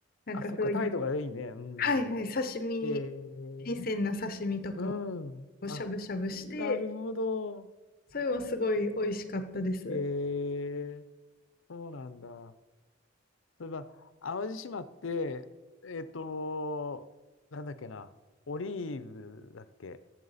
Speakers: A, on the left; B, on the left.
A: なんかそういう、
B: あ、そっか、態度がいいね。うん。
A: はいはい、刺身に、
B: えー、
A: 新鮮な刺身とか
B: うん。
A: をしゃぶしゃぶして、
B: あ、なるほど。
A: それもすごい美味しかったです。
B: えー、そうなんだ。そういえば、淡路島って、えっと、なんだっけな。オリーブだっけ